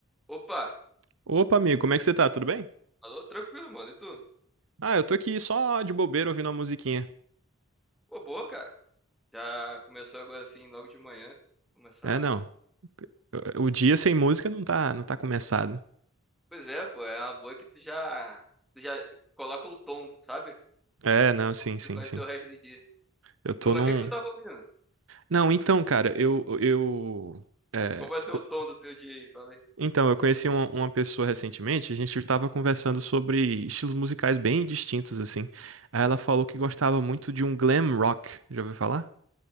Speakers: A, in the centre; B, on the right.
A: Opa,
B: Opa, amigo, como é que você tá? Tudo bem?
A: alô, tranquilo, mano. E tu?
B: Ah, eu tô aqui só de bobeira ouvindo uma musiquinha.
A: Pô, boa, cara. Já começou agora assim, logo de manhã. Começar.
B: É, não. eu- O dia sem música não tá, não tá começado.
A: Pois é, pô, é uma boa que tu já, tu já coloca o tom, sabe?
B: É, não,
A: De como
B: sim, sim,
A: que vai
B: sim.
A: ser o resto do dia.
B: Eu tô
A: Ô, mas
B: num.
A: o que que tu tava ouvindo?
B: Não, então, cara, eu, eu, é,
A: Qual vai ser
B: co-
A: o tom do teu dia aí? Fala aí.
B: então, eu conheci uma, uma pessoa recentemente, a gente tava conversando sobre estilos musicais bem distintos, assim. Aí ela falou que gostava muito de um glam rock. Já ouviu falar?